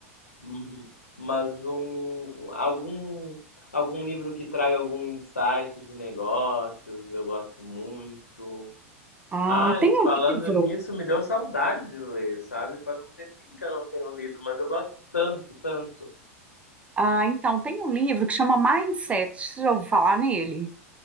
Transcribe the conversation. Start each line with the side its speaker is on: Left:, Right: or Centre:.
Left: Uhum. Mas um algum algum livro que traga algum insight de negócios, eu gosto muito.
Right: Ah,
Left: Ai,
Right: tem um
Left: falando
Right: livro.
Left: nisso, me deu saudade de ler, sabe? Faz um tempinho que eu não tenho lido, mas eu gosto tanto, tanto.
Right: Ah, então, tem um livro que chama Mindset, já ouviu falar nele?